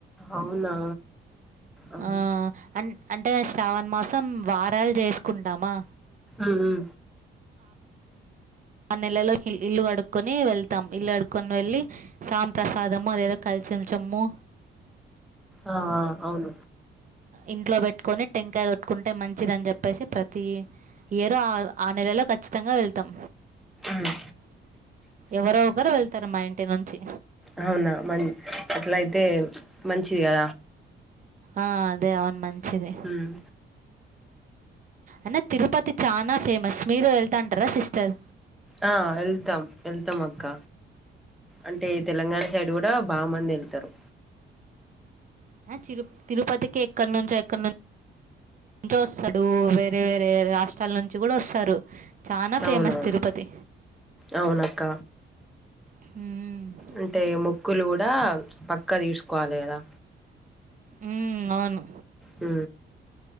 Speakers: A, in the centre; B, on the right (about 40°).
A: అవునా మ్మ్
B: ఆ అ అంటే శ్రావణ్ మాసం వారాలు చేసుకుంటామా
A: ఉహు ఉ
B: ఆ నెలలో ఇల్లు కడుకొని వెళ్తాం ఇల్లు కడుకొని వెళ్ళి సాం ప్రసాదము అదేదో కలిశ్వం చెబ్బు
A: ఆ అవును
B: ఇంట్లో పెట్టుకొని టెంకాయ కొట్టుకుంటే మంచిదని చెప్పేసి ప్రతీ ఇయరూ ఆ ఆ నెలలో కఖచ్చితంగా వెళ్తాం
A: మ్మ్
B: ఎవరో ఒకరు వెళ్తారు మా ఇంటి నుంచి
A: అవునా మన్ అట్లా అయితే మంచిగా
B: ఆ అదే అవున్ మంచిది
A: మ్మ్
B: అన్న తిరుపతి చానా ఫేమస్ మీరు ఎళ్తా అంటారా సిస్టర్
A: ఆ ఎళ్తాం ఎళ్తాం అక్క అంటే తెలంగాణ సైడ్ గుడా బా మందెళ్తరు
B: తిరు తిరుపతికి ఎక్కడ్నుంచో ఎక్కడ్ను ంచో వస్తాడు వేరే వేరే రాష్ట్రాల నుంచి గుడా వస్సరు చానా ఫేమస్
A: అవునవును
B: తిరుపతి
A: అవునక్క
B: ఉం
A: అంటే మొక్కులు గుడా పక్కా దీస్కోవాలి గదా
B: ఉమ్ అవును
A: ఉ